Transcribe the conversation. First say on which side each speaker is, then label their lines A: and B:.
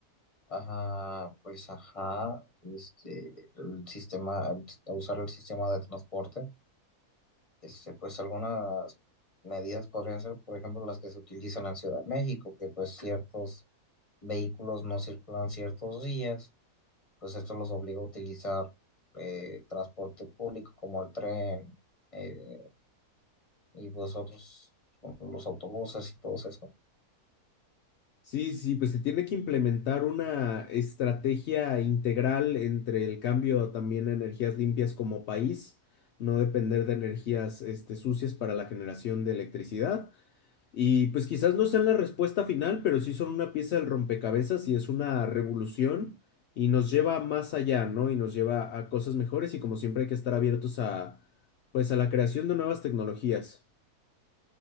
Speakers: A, on the left; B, on the left.
A: a, pues ajá, este, el sistema, al- a usar el sistema de transporte. Este, pues algunas medidas podrían ser, por ejemplo, las que se utilizan en Ciudad de México, que pues ciertos vehículos no circulan ciertos días, pues esto los obliga a utilizar eh, transporte público como el tren eh, y pues otros, los autobuses y todo eso.
B: Sí, sí, pues se tiene que implementar una estrategia integral entre el cambio también a energías limpias como país, no depender de energías este, sucias para la generación de electricidad. Y pues quizás no sean la respuesta final, pero sí son una pieza del rompecabezas y es una revolución y nos lleva más allá, ¿no? Y nos lleva a cosas mejores y como siempre hay que estar abiertos a, pues a la creación de nuevas tecnologías.